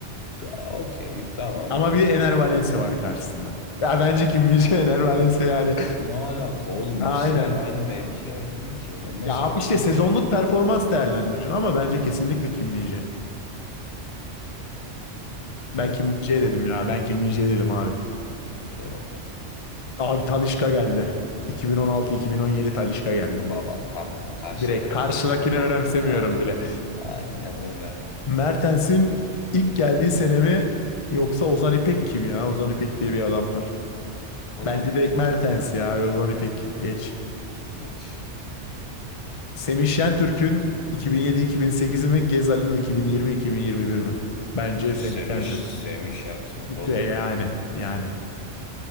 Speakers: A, on the left; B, on the left.
A: ta- Okey tamam.
B: Ama bir de Ener Valencia var karşısında. Ya bence Kim min <laughs> Ener Valencia yani.
A: Ne alaka oğlum?
B: <laughs> Aynen.
A: İkisi aynı mevki aynı değil ki. Ya nasıl
B: Ya abi
A: yapacaksın?
B: işte sezonluk performans değerlendireceksin ama bence kesinlikle Kim min Ben
A: Bilemedim
B: Kim min dedim
A: buna.
B: ya. Ben Kim min dedim abi.
A: De bakalım.
B: Abi Talisca geldi. 2016-2017 Talisca geldi.
A: Baba tamam. Karşındakini
B: Direkt karşıdakini
A: hiç... Oh.
B: önemsemiyorum
A: Ay.
B: bile.
A: Aynen öyle.
B: Mertens'in ilk geldiği sene mi yoksa Ozan İpek kim ya? Ozan İpek diye bir adam var.
A: Ozan
B: Bence
A: İpek
B: direkt Mertens
A: kim? oğlum?
B: ya. Ozan İpek geç.
A: Geç.
B: Semih Şentürk'ün 2007-2008'i mi? Gezal'in 2020-2021'i mi? Bence Semih
A: Semiş,
B: Şentürk.
A: Semih Şentürk
B: De
A: oğlum.
B: yani yani.